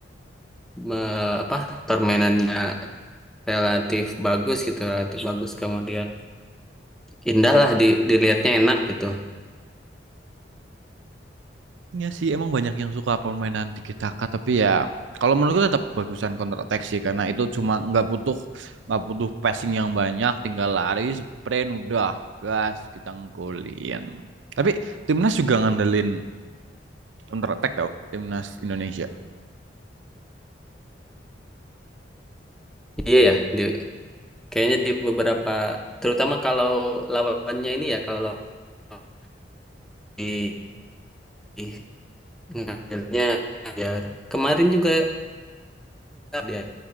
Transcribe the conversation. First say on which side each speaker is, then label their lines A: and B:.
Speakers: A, in the centre; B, on the right (about 85°).
A: me- apa permainannya relatif bagus gitu, relatif bagus kemudian indah lah di dilihatnya enak gitu.
B: Iya sih, emang banyak yang suka permainan tiki taka, tapi ya kalau menurutku tetap bagusan counter attack sih karena itu cuma nggak butuh nggak butuh passing yang banyak, tinggal lari, sprint, udah gas kita nggolin. Tapi timnas juga ngandelin counter attack tau, timnas Indonesia.
A: Iya ya, di, Kayaknya di beberapa, terutama kalau lawannya ini ya, kalau lawan di di ngandelnya biar kemarin juga lihat dia